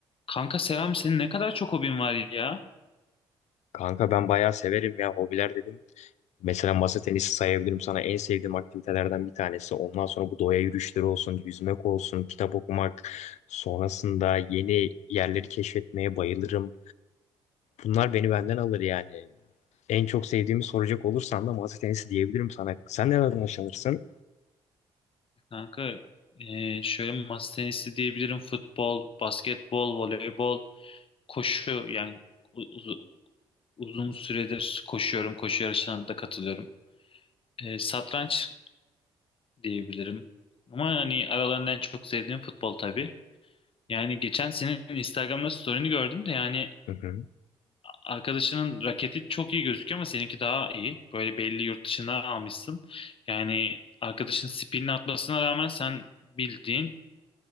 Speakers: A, on the left (about 40°); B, on the left (about 60°).
A: Kanka selam senin ne kadar çok hobin var ya.
B: Kanka ben bayağı severim ya hobiler dedim Mesela masa tenisi sayabilirim sana en sevdiğim aktivitelerden bir tanesi. Ondan sonra bu doğa yürüyüşleri olsun, yüzmek olsun, kitap okumak, sonrasında yeni yerleri keşfetmeye bayılırım. Bunlar beni benden alır yani. En çok sevdiğimi soracak olursan da masa tenisi diyebilirim sana. Sen nereden hoşlanırsın?
A: Kanka e, şöyle masa tenisi diyebilirim. Futbol, basketbol, voleybol, koşu. Yani u- uz- uzun süredir koşuyorum. Koşu yarışlarına da katılıyorum. E, satranç diyebilirim. Ama hani aralarından en çok sevdiğim futbol tabii. Yani geçen senin Instagram'da story'ini gördüm de yani
B: Hı hı.
A: Arkadaşının raketi çok iyi gözüküyor ama seninki daha iyi. Böyle belli yurt dışına almışsın. Yani arkadaşın spinini atmasına rağmen sen bildiğin